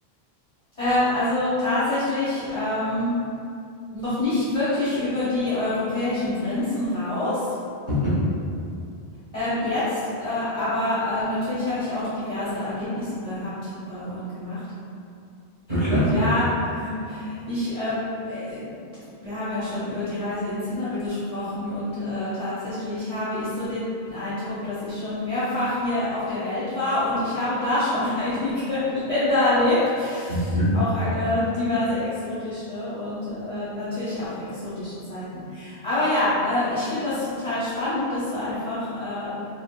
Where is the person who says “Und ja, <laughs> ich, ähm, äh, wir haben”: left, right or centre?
Left